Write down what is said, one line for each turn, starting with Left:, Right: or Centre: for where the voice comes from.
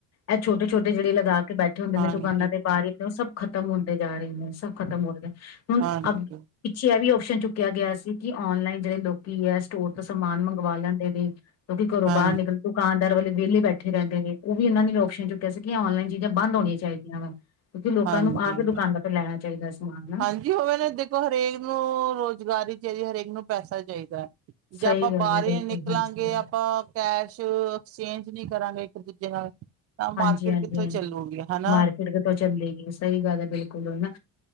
Left: ਇਹ ਛੋਟੇ ਛੋਟੇ ਜਿਹੜੇ ਲਦਾਖ ਬੈਠੇ ਹੁੰਦੇ
Right: ਹਾਂਜੀ,
Left: ਨੇ ਦੁਕਾਨਾਂ ਦੇ ਬਾਹਰੇ ਉਹ ਸਭ ਖਤਮ ਹੁੰਦੇ ਜਾ ਰਹੇ ਨੇ ਸਭ ਖ਼ਤਮ ਹੋਦੇਂ ਹੁਣ
Right: ਹਾਂਜੀ,
Left: ਅ ਪਿੱਛੇ ਇਹ ਵੀ ਆਪਓਪਸ਼ਨ ਚੁੱਕਿਆ ਗਿਆ ਸੀ, ਕਿ ਔਨਲਾਈਨ ਜਿਹੜੇ ਲੋਕੀ ਹੈ ਸਟੋਰ ਸਮਾਨ ਮੰਗਵਾ ਲੈਂਦੇ ਨੇ, ਕਿਉਂਕਿ ਘਰੋਂ
Right: ਹਾਂਜੀ,
Left: ਬਾਹਰ ਨਿਕਲ ਦੁਕਾਨਦਾਰ ਵਾਲੇ ਵਿਹਲੇ ਬੈਠੇ ਰਹਿੰਦੇ ਨੇ। ਉਹ ਵੀ ਇਹਨਾਂ ਨੇ ਆਪਓਪਸ਼ਨ ਚੁੱਕਿਆ ਸੀ ਕਿ ਔਨਲਾਈਨ ਚੀਜ਼ਾਂ ਬੰਦ ਹੋਣੀਆਂ ਚਾਹੀਦੀਆਂ ਵਾ ਕਿਉਂਕਿ ਲੋਕਾਂ
Right: ਹਾਂਜੀ।
Left: ਨੂੰ ਆ ਕੇ ਦੁਕਾਨਾਂ ਤੋਂ ਲੈਣਾ ਚਾਹੀਦਾ ਸਮਾਨ ਨਾ
Right: ਹਾਂਜੀ, ਹੋਵੇ ਨੇ ਦੇਖੋ ਹਰੇਕ ਨੂੰ ਰੁਜ਼ਗਾਰੀ ਚਾਹੀਦੀ ਹਰੇਕ ਇਨੂੰ ਪੈਸਾ ਚਾਹੀਦਾ। ਜੇ
Left: ਸਹੀ
Right: ਆਪਾਂ
Left: ਗੱਲ
Right: ਬਾਰੇ
Left: ਹੈ ਬਿਲਕੁਲ
Right: ਨਿਕਲਾਂਗੇ
Left: ਹਾਂਜੀ
Right: ਆਪਾਂ ਕੈਸ਼ ਐਕਸਚੇਂਜ ਨਹੀਂ ਕਰਾਂਗੇ ਦੂਜੇ ਨਾਲ ਤਾਂ ਮਾਰਕੀਟ
Left: ਹਾਂਜੀ ਹਾਂਜੀ
Right: ਕਿੱਥੋਂ
Left: ਹਾਂਜੀ
Right: ਚੱਲੂਗੀ ਹੈਨਾ।
Left: ਮਾਰਕੀਟ ਕਿਤੋਂ ਸਹੀ ਗੱਲ ਹੈ ਬਿਲਕੁਲ ਹਨਾ,